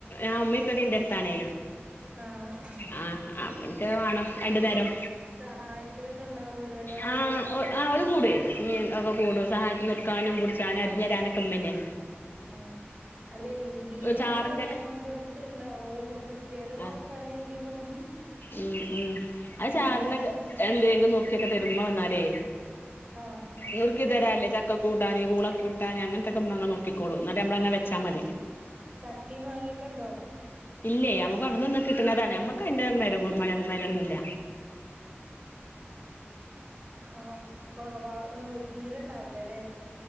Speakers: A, on the left (about 55°); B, on the right (about 35°).
A: ആ മ്മേ പ്പൊക്കെ എന്റെ അടുത്താണേ.
B: ആഹ് ആഹ്
A: ആ അപ്പിന്ക്ക്
B: ഉം
A: വേണം രണ്ടു നേരം.
B: സഹായത്തിനൊക്കെ ഉണ്ടാവല്ലോല്ലേ ആള്
A: ആ ആ ഓര് കൂടെ
B: ഉം
A: മീ ഒക്കെ കൂട
B: ഉം
A: സഹായത്തി നിർക്കാനും പുടിച്ചാനും അരിഞ്ഞേരാ ക്കെ മ്മന്നെ
B: ആ അല്ലെ ഇല്ലെങ്കിലും
A: ചാറിന്റെ
B: നമ്മക്കടുത്ത് ഇണ്ടാവോല്ലോ കു ട്ടികൾ നോക്കാനെങ്കിലും.
A: ആഹ് ഉം ഉം ആ
B: അങ്ങനെയൊരു
A: ചാറിനൊക്കെ എന്തെങ്കിലും നറുക്കിയൊക്കെ തരു മ്മ വന്നാലേ.
B: ആഹ്
A: നുറുക്കി തരാല്ലേ ചക്ക കൂട്ടാന് കൂള കൂട്ടാന് അങ്ങനത്തെക്കെ ഉമ്മ നുറുക്കിക്കോളും. ട്ട മ്മളന്നെ വെച്ചാ
B: ഉം
A: മതി.
B: ചക്കിം മാങ്ങിയൊക്കെ ഉണ്ടോ?
A: ഇല്ലേ നമുക്ക് അവിടുന്ന് ഒന്ന് കിട്ടണതാണ് അമ്മക്ക് അയിൻ്റെ മരവു മരമരൊന്നുല്ല
B: ആ കൊറവാ തീരെണ്ടാവലല്ലേ?